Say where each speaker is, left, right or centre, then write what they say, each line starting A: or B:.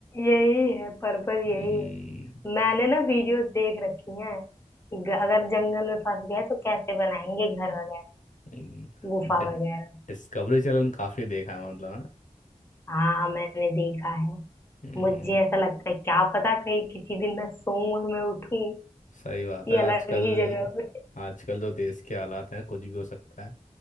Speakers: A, on the left; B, on the left.
A: यही है पर्पस यही
B: हम्म,
A: है मैंने ना वीडियोस देख रखी हैं कि ग- अगर जंगल में फंस गए तो कैसे बनाएंगे घर वगैरह
B: हम्म,
A: गुफा
B: डि-
A: वगैरह
B: डिस्कवरी चैनल काफी देखा है मतलब हाँ?
A: हाँ मैंने देखा है
B: हम्म,
A: मुझे ऐसा लगता है क्या पता कहीं किसी दिन मैं सोऊं और मैं उठूं
B: सही बात
A: ये
B: है आजकल
A: अलग ही जगह पे
B: आजकल जो देश के हालात हैं कुछ भी हो सकता है